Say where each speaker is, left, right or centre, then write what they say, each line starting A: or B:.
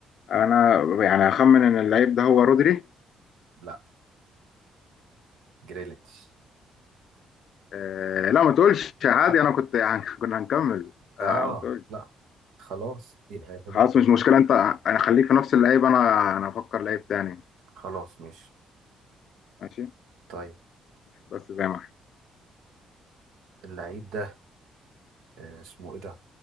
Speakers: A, on the left (about 65°); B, on the right (about 80°).
A: انا يعني هخمن ان اللعيب ده هو رودري
B: لا جريليتش
A: آه لا ما تقولش عادي
B: لا
A: انا كنت يعني <laughs> كنا هنكمل آه
B: آه
A: ما تقولش
B: لا خلاص يبقى
A: خلاص مش مشكله انت انا خليك في نفس اللعيب انا انا افكر لعيب تاني
B: خلاص ماشي
A: ماشي
B: طيب
A: بس زي ما احنا
B: اللعيب ده آه، اسمه ايه ده